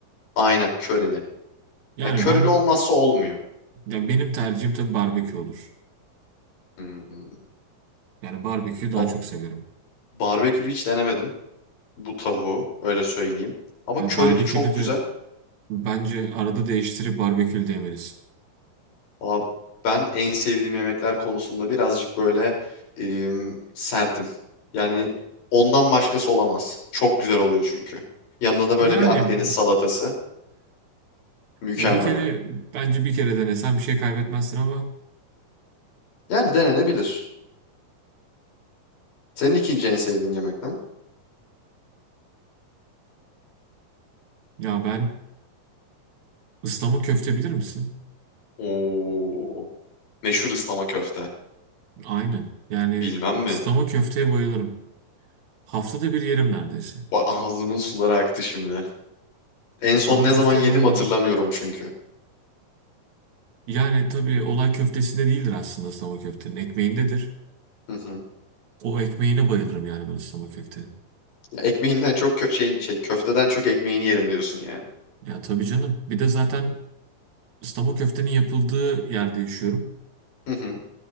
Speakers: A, on the left; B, on the right.
A: Aynen körili.
B: Yani
A: Ya körili
B: ben
A: olmazsa olmuyor.
B: ya benim tercihim tabii barbekü olur.
A: Hmm.
B: Yani barbeküyü daha
A: Ba-
B: çok severim.
A: Barbekülü hiç denemedim bu tavuğu öyle söyleyeyim. Ama
B: Ya
A: körili
B: barbekülü
A: çok güzel.
B: de Bence arada değiştirip barbekül demelisin.
A: Valla ben en sevdiğim yemekler konusunda birazcık böyle em, sertim. Yani ondan başkası olamaz. Çok güzel oluyor çünkü. Yanına da böyle
B: Yani
A: bir Akdeniz salatası. Mükemmel.
B: ya bir kere bence bir kere denesen bir şey kaybetmezsin ama
A: Yani denenebilir. Senin ikinci en sevdiğin yemek ne?
B: ya ben ıslama köfte bilir misin?
A: Oo, meşhur ıslama köfte.
B: Aynen. Yani
A: Bilmem mi?
B: ıslama köfteye bayılırım. Haftada bir yerim neredeyse.
A: Ba- Ağzımın suları aktı şimdi. En
B: Islama
A: son ne
B: köfteye
A: zaman yedim
B: bayılırım.
A: hatırlamıyorum çünkü.
B: Yani tabii olay köftesinde değildir aslında ıslama köftenin. Ekmeğindedir.
A: Hı hı.
B: O ekmeğine bayılırım yani ben ıslama köftenin.
A: Ya Ekmeğinden çok kö- şeyin şey köfteden çok ekmeğini yerim diyorsun yani.
B: Ya tabii canım. Bir de zaten ıslama köftenin yapıldığı yerde yaşıyorum.
A: Hı hı.